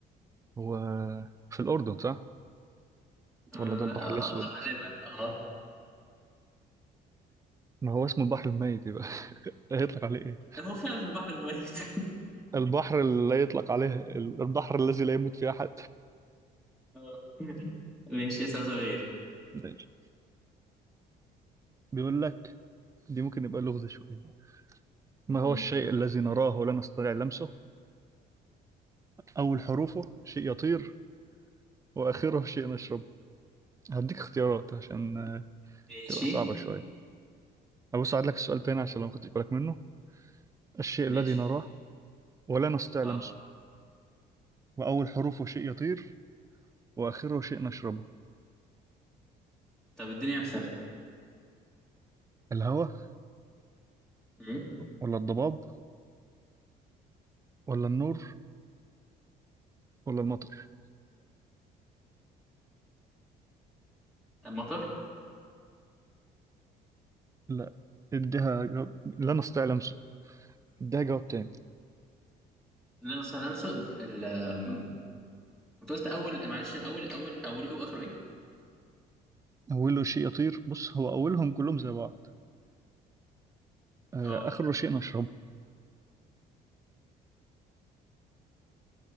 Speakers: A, on the right; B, in the centre.
A: هو في الاردن صح
B: آه،
A: ولا ده البحر
B: آه،
A: الاسود
B: غالبا اه
A: ما هو اسمه البحر الميت يبقى <laughs> هيطلق عليه ايه
B: هو فعلا البحر الميت
A: البحر اللي لا يطلق عليه ال- البحر الذي لا يموت فيه احد
B: <laughs> آه. ماشي اسأل سؤال غير
A: ماشي بيقول لك دي ممكن يبقى لغز شويه ما هو
B: مم.
A: الشيء الذي نراه ولا نستطيع لمسه أول حروفه شيء يطير واخره شيء نشرب هديك اختيارات عشان
B: ماشي
A: تبقى صعبة شوية أبص أعيد لك السؤال تاني عشان لو ما خدتش بالك منه الشيء الذي
B: ماشي
A: نراه ولا نستطيع لمسه
B: اه
A: وأول حروفه شيء يطير وآخره شيء نشربه
B: طب اديني امثله
A: الهواء
B: مم.
A: ولا الضباب ولا النور ولا المطر
B: المطر
A: لا اديها جواب لا نستطيع لمسه اديها جواب تاني
B: لا نستطيع ان نرصد ال آم، انت قلت اول معلش اول اول اول ايه واخره ايه؟
A: أوله شيء يطير بص هو أولهم كلهم
B: مم.
A: زي بعض آه،
B: اه
A: آخره شيء نشربه